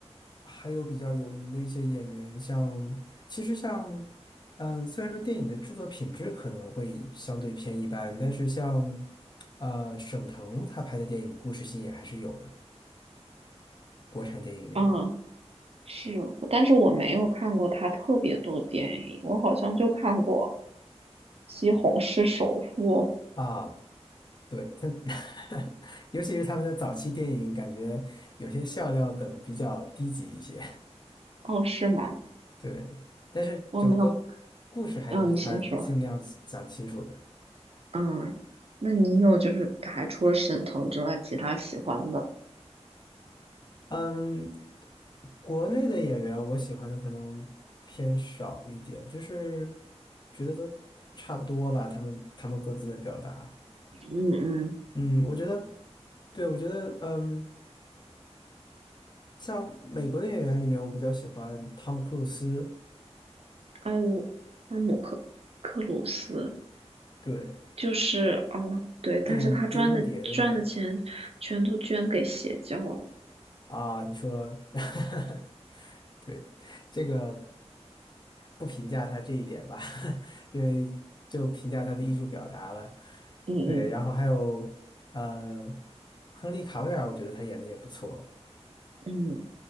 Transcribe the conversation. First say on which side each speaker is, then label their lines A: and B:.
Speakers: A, on the left; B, on the right.
A: 还有比较有名的一些演员，像其实像，嗯、虽然说电影的制作品质可能会相对偏一般，但是像，呃，沈腾他拍的电影故事性也还是有的，国产电影里面。
B: 啊，是，但是我没有看过他特别多电影，我好像就看过《西虹市首富》
A: 啊。对，他，<laughs> 尤其是他们的早期电影，感觉有些笑料梗比较低级一些。
B: 《哦，是吗？
A: <laughs> 对，但是整个故事还是他尽量讲清楚的。
B: 我没有，嗯，你先说。嗯，那你有就是还除了沈腾之外，其他喜欢的？
A: 嗯，国内的演员我喜欢的可能偏少一点，就是觉得都差不多吧，他们他们各自的表达。
B: 嗯嗯，
A: 嗯，我觉得，对，我觉得，嗯，像美国的演员里面，我比较喜欢汤姆·克鲁斯，
B: 哦，汤姆克克鲁斯
A: 对，
B: 就是哦，对，但是他赚的赚的钱全都捐给邪教了。
A: 演《碟中谍》的那个。啊，你说，<laughs> 对，这个不评价他这一点吧，<laughs> 因为就评价他的艺术表达了。
B: 嗯嗯
A: 对，然后还有，呃，亨利卡维尔，我觉得他演的也不错，
B: 嗯